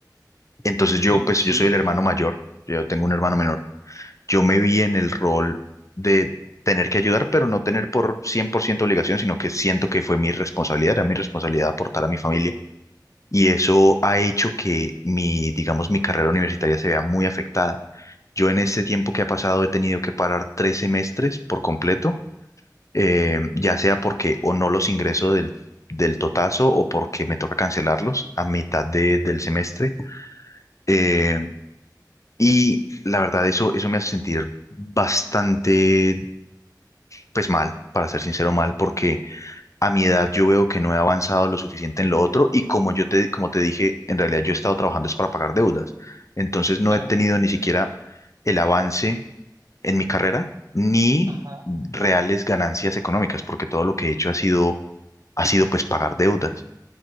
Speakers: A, on the left (about 45°); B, on the right (about 55°).
A: Entonces yo,
B: en-
A: pues
B: sí,
A: yo soy el hermano mayor, yo tengo un hermano menor. Yo me vi en el rol de tener que ayudar, pero no tener por 100% obligación, sino que siento que fue mi responsabilidad, era mi responsabilidad aportar a mi familia y eso ha hecho que mi, digamos, mi carrera universitaria se vea muy afectada. Yo en este tiempo que ha pasado he tenido que parar tres semestres por completo, eh, ya sea porque o no los ingreso del, del totazo o porque me toca cancelarlos a mitad de- del semestre. Eh, y la verdad, eso, eso me hace sentir bastante, pues mal, para ser sincero, mal, porque a mi edad yo veo que no he avanzado lo suficiente en lo otro y como yo te, como te dije, en realidad yo he estado trabajando es para pagar deudas. Entonces no
B: claro.
A: he tenido ni siquiera el avance en mi carrera ni
B: Ajá.
A: reales ganancias económicas porque todo lo que he hecho ha sido, ha sido pues pagar deudas.